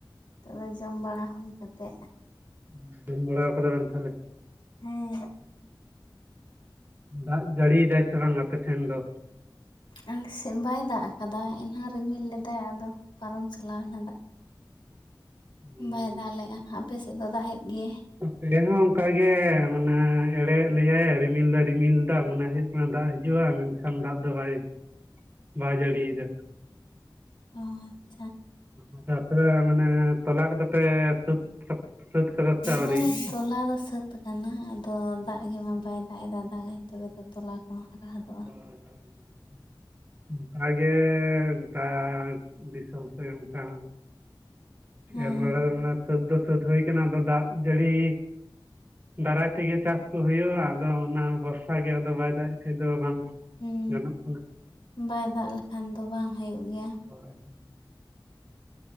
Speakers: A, on the left; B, on the right.
A: ᱱᱤᱛᱚᱜ ᱫᱚ ᱡᱚᱢ ᱵᱟᱲᱟ ᱦᱩᱭ ᱠᱟᱛᱮᱜ
B: ᱢᱻ ᱡᱚᱢ ᱵᱟᱲᱟ ᱠᱟᱫᱟ ᱵᱮᱱ ᱛᱟᱸᱦᱚᱞᱮ
A: ᱦᱮᱸ
B: ᱫᱟᱜ ᱡᱟᱹᱲᱤ ᱫᱟᱭ ᱥᱮ ᱵᱟᱝ ᱟᱯᱮ ᱥᱮᱱ ᱫᱚ
A: ᱟᱞᱮ ᱥᱮᱫ ᱵᱟᱭ ᱫᱟᱜ ᱠᱟᱫᱟ ᱮᱱᱟᱝ ᱨᱤᱢᱤᱞ ᱞᱮᱫᱟᱭ ᱟᱫᱚ ᱯᱟᱨᱚᱢ ᱪᱟᱞᱟᱣᱮᱱᱟ ᱫᱟᱹᱜ ᱫᱚ
B: ᱦᱩᱸ,
A: ᱵᱟᱭ ᱫᱟᱜ ᱞᱮᱫᱟ ᱟᱯᱮᱥᱮᱫ ᱫᱚ ᱫᱟᱜ ᱮᱫ ᱜᱮᱭᱟᱭ
B: ᱟᱞᱮ ᱦᱚᱸ ᱚᱱᱠᱟ ᱜᱮ ᱢᱟᱱᱮ ᱮᱲᱮ ᱞᱮᱭᱟᱭ ᱨᱤᱢᱤᱞᱫᱚ ᱨᱤᱢᱤᱞᱫᱟ ᱢᱟᱱᱮ ᱫᱟᱜ ᱦᱤᱡᱩᱜᱼᱟ ᱢᱮᱱᱠᱷᱟᱱ ᱫᱟᱜ ᱫᱚ ᱵᱟᱭ ᱵᱟᱭ ᱡᱟᱹᱲᱤᱭᱮᱫᱟ
A: ᱟᱨ
B: ᱚ ᱛᱟᱯᱚᱨᱮ ᱢᱟᱱᱮ ᱛᱚᱞᱟ ᱠᱚᱫᱚ ᱯᱮ ᱥᱟᱹᱛ ᱥᱟᱹᱛ ᱠᱟᱫᱟ ᱥᱮ ᱟᱹᱣᱨᱤ?
A: ᱦᱚᱸ ᱛᱚᱞᱟ ᱫᱚ ᱥᱟᱹᱛ ᱠᱟᱱᱟ ᱟᱫᱚ ᱫᱟᱹᱜ ᱜᱮᱢᱟ ᱵᱟᱭ ᱫᱟᱹᱜ ᱮᱫᱟ ᱫᱟᱹᱠᱟᱭ ᱛᱚᱵᱮ ᱛᱚ ᱛᱚᱞᱟ ᱠᱚᱦᱚᱸ ᱦᱟᱨᱟ ᱦᱚᱫᱚᱜ-ᱟ᱾
B: ᱦᱳᱭ ᱦᱳᱭ ᱚᱱᱠᱟᱜᱮ ᱜᱚᱴᱟ ᱫᱤᱥᱚᱢ ᱥᱮ ᱚᱱᱠᱟ᱾
A: ᱦᱮᱸ
B: ᱮᱨ ᱵᱟᱲᱟ ᱫᱚ ᱢᱟᱱᱮ ᱥᱟᱹᱛ ᱫᱚ ᱥᱟᱹᱛ ᱦᱩᱭ ᱠᱟᱱᱟ ᱟᱫᱚ ᱫᱟᱜ ᱡᱟᱹᱲᱤ ᱫᱟᱨᱟᱭ ᱛᱮᱜᱮ ᱪᱟᱸᱥ ᱠᱚ ᱦᱳᱭᱳᱜᱼᱟ, ᱟᱫᱚ ᱚᱱᱟ ᱵᱷᱚᱨᱥᱟ ᱜᱮ ᱟᱫᱚ ᱵᱟᱭ ᱫᱟᱹᱜ ᱮᱡ ᱠᱷᱟᱡ ᱫᱚ ᱵᱟᱝ
A: ᱦᱩᱸ
B: ᱜᱟᱱᱚᱜ ᱠᱟᱱᱟ᱾
A: ᱵᱟᱭ ᱫᱟᱜ ᱞᱮᱠᱷᱟᱱ ᱫᱚ ᱵᱟᱝ ᱦᱩᱭᱩᱜ ᱜᱮᱭᱟ᱾
B: ᱦᱳᱭᱻ ᱦᱳᱭᱻ <inaudible>